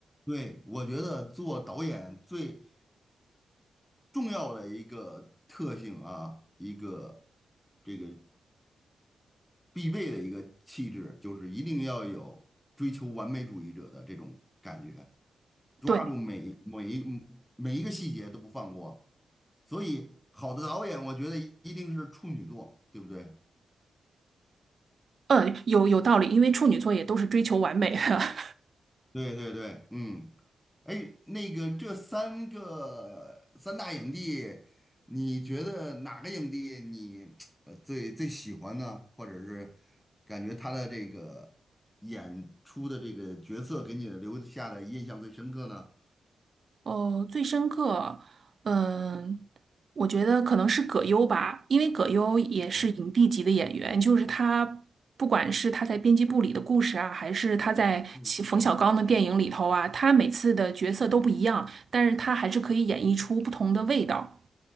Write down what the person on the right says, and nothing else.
对，
嗯，有有道理，因为处女座也都是追求完美的。<laughs>
哦，最深刻，嗯，我觉得可能是葛优吧，因为葛优也是影帝级的演员，
就是他，不管是他在《编辑部》里的故事啊，还是他在其冯小刚的电影里头啊，
他每次的角色都不一样，但是他还是可以演绎出不同的味道，